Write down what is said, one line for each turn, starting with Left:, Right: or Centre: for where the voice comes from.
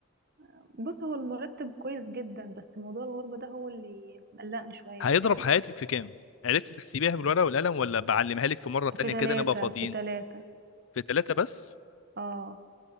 Right: <laughs> بص هو المرتب كويس جدا بس موضوع الغربة ده هو اللي مقلقني شوية
Left: هيضرب
Right: فاهم
Left: حياتك في كام عرفت تحسبيها بالورقه والقلم ولا بعلمها لك في مره تانية
Right: في ثلاثة
Left: كده نبقى فاضيين
Right: في ثلاثة
Left: في ثلاثه بس
Right: اه